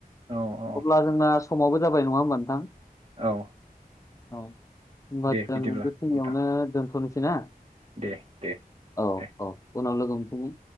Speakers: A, on the right; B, on the left.
A: औ औ
B: अब्ला जोंना समाबो जाबाय नङा होमबा नोंथां
A: औ
B: औ होमबा
A: दे
B: जों
A: बिदिब्ला
B: बे
A: नोंथां
B: खिनियावनो दोनथ'नोसै ना
A: दे दे
B: औ
A: दे
B: औ उनाव लोगो मोनफिनगोन